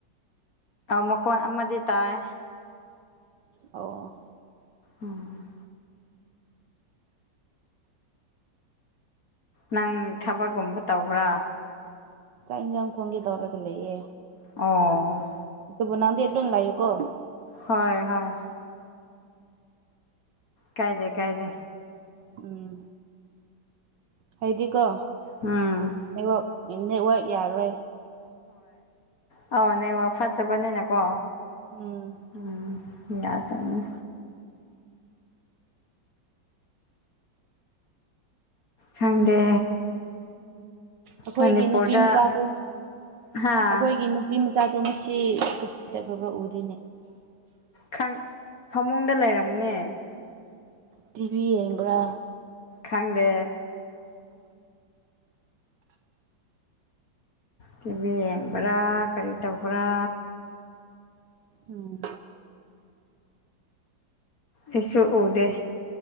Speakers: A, on the left; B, on the right.
A: ꯃꯈꯣꯟ ꯑꯃꯗꯤ ꯇꯥꯏ
B: ꯑꯣ
A: ꯎꯝ ꯅꯪ ꯊꯕꯛꯒꯨꯝꯕ ꯇꯧꯕ꯭ꯔꯥ
B: ꯆꯥꯛ ꯌꯦꯟꯁꯥꯡ ꯊꯣꯡꯒꯦ ꯇꯧꯔꯒ ꯂꯩꯌꯦ
A: ꯑꯣ
B: ꯑꯗꯨꯕꯨ ꯅꯪꯗꯤ ꯑꯗꯨꯝ ꯂꯩꯎꯀ‌ꯣ
A: ꯍꯣꯏ ꯍꯣꯏ ꯀꯥꯏꯗꯦ ꯀꯥꯏꯗꯦ
B: ꯎꯝ ꯍꯥꯏꯗꯤ ꯀꯣ
A: ꯎꯝ
B: ꯅꯋꯥꯛ ꯅꯦꯠꯋꯥꯛ ꯌꯥꯔꯣꯏ
A: ꯍꯣꯏ ꯅ‌ꯦꯠꯋꯥꯛ ꯐꯠꯇꯕꯅꯤꯅꯀꯣ
B: ꯎꯝ
A: ꯎꯝ ꯌꯥꯗꯅꯦ ꯁꯪꯗꯦ
B: ꯑꯩꯈꯣꯏꯒꯤ
A: ꯃꯅꯤꯄꯨꯔꯗ
B: ꯅꯨꯄꯤ ꯃꯆꯥꯗꯨ
A: ꯍꯥꯥ
B: ꯑꯩꯈꯣꯏꯒꯤ ꯅꯨꯄꯤ ꯃꯆꯥꯗꯣ ꯉꯁꯤ ꯀꯥꯏ ꯆꯠꯈ꯭ꯔꯕ꯭ꯔꯥ ꯎꯗ‌ꯦꯅꯦ
A: ꯈꯪ ꯐꯃꯨꯡꯗ ꯂꯩꯔꯝꯃꯅꯦ
B: ꯇꯤꯚꯤ ꯌꯦꯡꯕ꯭ꯔꯥ
A: ꯈꯪꯗꯦ ꯇꯤꯚꯤ ꯌꯦꯡꯕ꯭ꯔꯥ ꯀꯔꯤ ꯇꯧꯕ꯭ꯔꯥ
B: ꯎꯝ
A: ꯑꯩꯁꯨ ꯎꯗꯦ